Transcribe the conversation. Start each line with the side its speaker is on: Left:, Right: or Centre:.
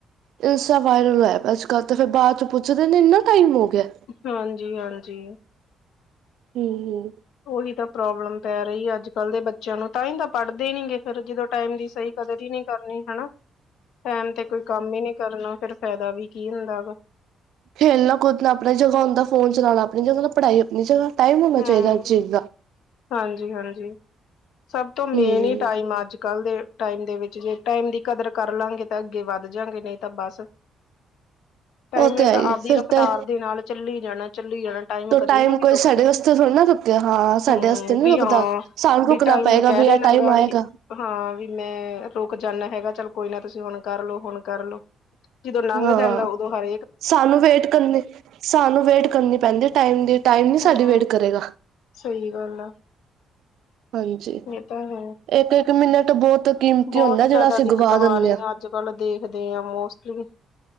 Right: ਇੰਸਟਾ ਵਾਇਰਲ ਹੋਏਆ ਪਿਐ ਅੱਜ-ਕੱਲ ਤੇ ਫਿਰ ਬਾਦ ਚ ਪੁੱਛਦੇ ਨੇ ਇੰਨਾ ਟਾਈਮ ਹੋ ਗੇਆ।
Left: ਹਾਂਜੀ-ਹਾਂਜੀ।
Right: ਹੂੰ-ਹੂੰ।
Left: ਓਹੀ ਤਾਂ ਪ੍ਰੋਬਲਮ ਪੈ ਰਈ ਐ ਅੱਜ-ਕੱਲ ਦੇ ਬੱਚਿਆਂ ਨੂੰ ਤਾਂਹੀ ਤਾਂ ਪੜ੍ਹਦੇ ਨੀ ਗੇ ਫੇਰ ਜਦੋਂ ਟਾਈਮ ਦੀ ਸਹੀ ਕਦਰ ਹੀ ਨੀ ਕਰਨੀ ਹੈਨਾ ਟਾਈਮ ਤੇ ਕੋਈ ਕੰਮ ਹੀ ਨੀ ਕਰਨਾ ਫੇਰ ਫਾਇਦਾ ਵੀ ਕੀ ਹੁੰਦਾ ਵਾ।
Right: ਖੇਲਣਾ ਕੁਦਣਾ ਆਪਣੀ ਜਗ੍ਹਾ ਹੁੰਦਾ ਫੋਨ ਚਲਾਉਣਾ ਆਪਣੀ ਜਗਾ ਪੜ੍ਹਾਈ ਆਪਣੀ ਜਗ੍ਹਾ ਟਾਈਮ ਹੋਣਾ
Left: ਹਮ
Right: ਚਾਹੀਦਾ ਹਰ ਚੀਜ਼ ਦਾ
Left: ਹਾਂਜੀ ਹਾਂਜੀ ਸਭ ਤੋਂ ਮੇਨ
Right: ਹੂੰ
Left: ਹੀ ਟਾਈਮ ਆ ਅੱਜ ਕੱਲ ਦੇ ਟਾਈਮ ਦੇ ਵਿੱਚ ਜੇ ਟਾਈਮ ਦੀ ਕਦਰ ਕਰ ਲਾਂਗੇ ਤਾਂ ਅੱਗੇ ਵੱਧ ਜਾਂਗੇ ਨਹੀਂ ਤਾਂ ਬਸ ਟਾਈਮ
Right: ਉਹ ਤੇ
Left: ਨੇ
Right: ਹੈ
Left: ਤਾਂ
Right: ਹੀ
Left: ਆਪਦੀ
Right: ਫਿਰ
Left: ਰਫਤਾਰ
Right: ਤੇ
Left: ਦੇ ਨਾਲ ਚੱਲੀ ਜਾਣਾ ਚੱਲੀ ਜਾਣਾ ਟਾਈਮ
Right: ਤੋ
Left: ਕਦੇ ਵੀ ਨੀ
Right: ਕੋਈ
Left: ਰੁਕਦਾ
Right: ਸਾਡੇ ਵਾਸਤੇ ਥੋੜ੍ਹੀ ਨਾ ਰੁਕਿਆ ਹਾਂ ਸਾਡੇ
Left: ਹਮ
Right: ਵਾਸਤੇ ਨੀ
Left: ਵੀ
Right: ਰੁਕਦਾ
Left: ਹਾਂ
Right: ਸਾਨੂੰ ਰੁਕਣਾ
Left: ਵੀ ਟਾਈਮ
Right: ਪਏਗਾ
Left: ਨੇ ਕਹਿ
Right: ਵੀ
Left: ਦੇਣਾ
Right: ਆਹ ਟਾਈਮ
Left: ਗਾ
Right: ਆਏਗਾ
Left: ਵੀ ਹਾਂ ਵੀ ਮੈਂ ਰੁਕ ਜਾਂਦਾ ਹੈਗਾ ਚੱਲ ਕੋਈ ਨਾ ਤੁਸੀਂ ਹੁਣ ਕਰਲੋ ਹੁਣ ਕਰ ਲੋ ਜਦੋਂ ਲੰਘ
Right: ਹਾਂ
Left: ਜਾਂਦਾ ਉਦੋਂ ਹਰ
Right: ਸਾਨੂੰ ਵੇਟ ਕਰਨੀ ਸਾਨੂੰ ਵੇਟ ਕਰਨੀ ਪੈਂਦੀ ਟਾਈਮ ਦੀ ਟਾਈਮ ਨੀ
Left: ਹਮ
Right: ਸਾਡੀ ਵੇਟ ਕਰੇਗਾ
Left: ਸਹੀ ਗੱਲ ਆ
Right: ਹਾਂਜੀ
Left: ਇਹ ਤਾਂ ਹੈ
Right: ਇੱਕ ਇੱਕ ਮਿੰਨਟ ਬਹੁਤ ਕੀਮਤੀ
Left: ਬਹੁਤ
Right: ਹੁੰਦਾ
Left: ਜਿਆਦਾ
Right: ਜਿਹੜਾ ਅਸੀਂ
Left: ਦਿੱਕਤਾਂ
Right: ਗਵਾ ਦਿੰਦੇ
Left: ਆ ਰਹੀਆਂ
Right: ਹਾਂ।
Left: ਅੱਜ ਕੱਲ੍ਹ ਦੇਖਦੇ ਆ ਮੋਸਟਲੀ